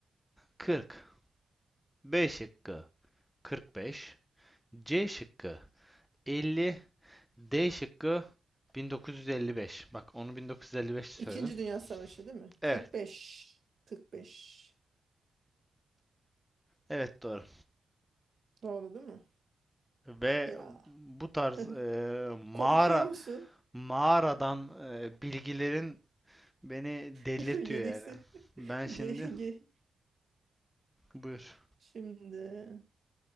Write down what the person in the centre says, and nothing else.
40, B şıkkı 45, C şıkkı 50, D şıkkı 1955. Bak onu 1955 söyledim.
Evet.
Evet doğru.
Ve
bu tarz
e, mağara
mağaradan e, bilgilerin beni delirtiyor
yani. Ben
şimdi
buyur.